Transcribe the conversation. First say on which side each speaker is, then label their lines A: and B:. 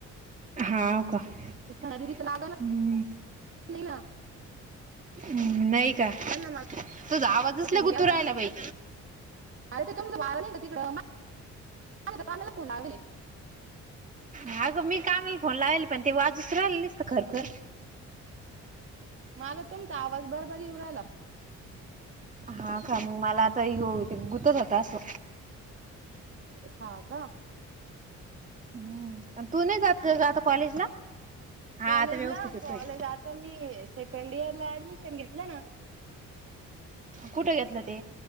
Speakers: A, on the right (about 25°); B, on the right (about 45°).
A: हा का हम्
B: सना दिदीच लागणच नाही ना
A: हम् नाही का
B: त्यांना मला
A: तच आवाजचला
B: फोन केलता
A: कुतूराहायला
B: ना
A: बाई
B: अरे ते तुम वाार नि कती कर ला फन लागले
A: हगं मी कामाला फोन लावले पण ते वाजूच राहिलीसत खरखर
B: मला तुमचा आवाज बरबरऊ राहिला
A: हा का मग मला आता ग गुतच होत असं
B: ह
A: हम् तू नाही जातता कॉलेजला हा
B: कॉलेजला
A: आता व्यवस्थित येतोय
B: कॉलेज आता मी सेकंड इयर ला ऍडमिशन घेतलं ना
A: कुठे घेतलं ते